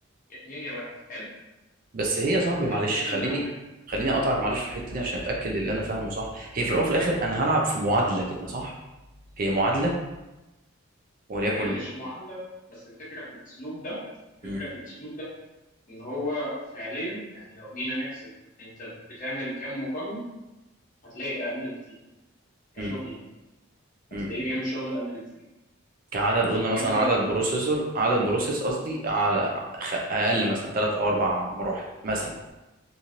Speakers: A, on the left; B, on the right.
A: يا اتنين يا واحد حلو
B: بس هي يا صاحبي
A: هتلاقي
B: معلش
A: كل
B: خليني
A: اللي عندك
B: خليني اقطعك معلش في الحته دي عشان اتاكد اللي انا فاهمه صح هي في الاول وفي الاخر انا هلعب في معادله كده صح هي معادله وليكن
A: هي مش معادله بس الفكره في الاسلوب ده الفكره
B: م-
A: في الاسلوب ده ان هو فعليا يعني لو جينا نحسب انت بتعمل كام مقارنه هتلاقي اقل بكتير كشغل
B: م-
A: يعني
B: م-
A: هتلاقيه
B: م.
A: بيعمل شغل اقل بكتير
B: كعدد
A: فعشان
B: قلنا مثلا
A: كده
B: عدد بروسيسور عدد بروسيس قصدي على خ- اقل مثلا ثلاث او اربع مراحل مثلا